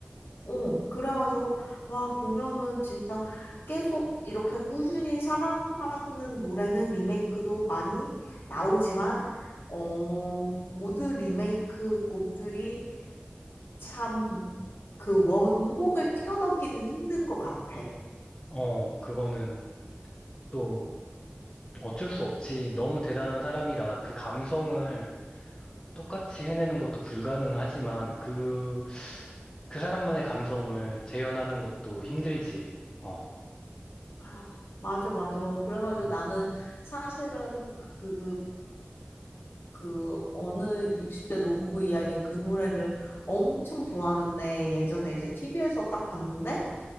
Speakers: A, on the left; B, on the left.
A: 어 그래가지고 와 보면은 진짜 계속 이렇게 꾸준히 사랑받는 노래는 리메이크도 많이 나오지만 어 모든 리메이크 곡들이 참 그 원곡을 뛰어넘기는 힘든 것 같아.
B: 어, 그거는 또 어쩔 수 없지. 너무 대단한 사람이라 그 감성을 똑같이 해내는 것도 불가능하지만 그, 그 사람만의 감성을 재현하는 것도 힘들지. 어.
A: 아, 맞아 맞아. 그래가지고
B: 음.
A: 나는 사실은 그 그 어느 60대 노부부 이야기 그 노래를 엄청 좋아하는데 예전에 이제 TV에서 딱 봤는데